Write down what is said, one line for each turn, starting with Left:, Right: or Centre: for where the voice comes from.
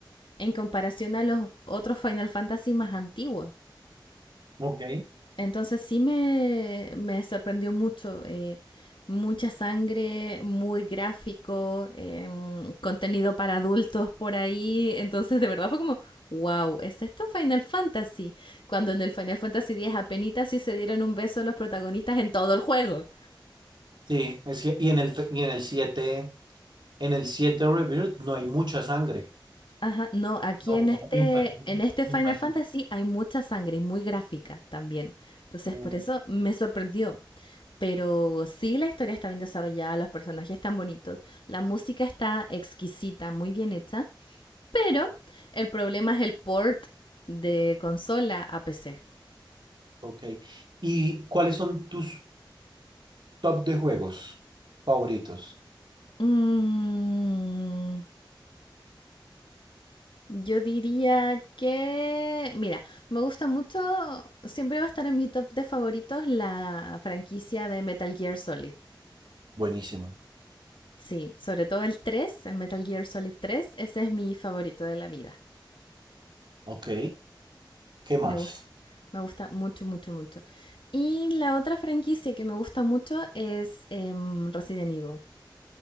Left: en comparación a los otros Final Fantasy más antiguos.
Right: Ok.
Left: Entonces sí me, me sorprendió mucho. eh, mucha sangre, muy gráfico, em, contenido para adultos por ahí. Entonces de verdad fue como, wow, ¿es esto Final Fantasy? Cuando en el Final Fantasy X apenitas sí se dieron un beso los protagonistas en todo el juego.
Right: Sí, es que- y en el, fe- y en el siete en el siete Rebirth no hay mucha sangre.
Left: Ajá, no, aquí
Right: No,
Left: en este,
Right: y no hay-
Left: en este Final
Right: y no hay-
Left: Fantasy hay mucha sangre y muy gráfica también. Entonces,
Right: no,
Left: por eso me sorprendió. Pero sí, la historia está bien desarrollada, los personajes están bonitos, la música está exquisita, muy bien hecha, pero el problema es el port de consola a PC.
Right: ok. ¿Y cuáles son tus top de juegos favoritos?
Left: Mm, yo diría que, mira, me gusta mucho, siempre va a estar en mi top de favoritos la franquicia de Metal Gear Solid.
Right: Buenísima.
Left: Sí, sobre todo el 3, el Metal Gear Solid tres, ese es mi favorito de la vida.
Right: Ok. ¿Qué más?
Left: Me gusta, me gusta mucho, mucho, mucho. Y la otra franquicia que me gusta mucho es em, Resident Evil.